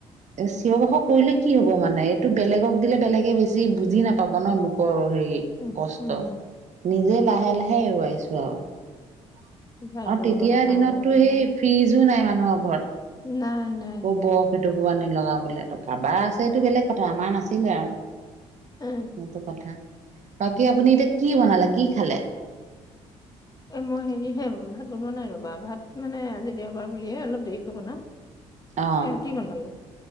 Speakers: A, on the right; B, on the left.
A: এ চিঞৰ বাখৰ কৰিলে কি হ'ব মানে এইটো বেলেগক দিলে বেলেগে বেছি বুজি নাপাব ন' লোকৰ
B: উম,
A: কষ্ট
B: উম,
A: নিজে লাহে লাহে এৰুৱাইছো আৰু।
B: ভাবিব
A: আৰু তেতিয়া
B: লগা কথা
A: দিনততটো
B: নাই
A: সেই ফিজো নাই মানুহৰ ঘৰত।
B: নাই নাই
A: বৰফ এটুকুৰ আনিম। লগাবলে ত কাৰোবাৰ আছে এইটো বেলেগ কথা আমাৰ নাছিলে আৰু
B: উম,
A: সেইটো কথা। বাকী আপুনি এতিয়া কি বনালে কি খালে।
B: এ মই হেৰি হে ভাত বনোৱা নাই ৰ'বা ভাত মানে আজি দেওবাৰ বুলিয়ে অলপ দেৰিকে বনাওঁ। এ
A: অ',
B: ৰুটি বনালো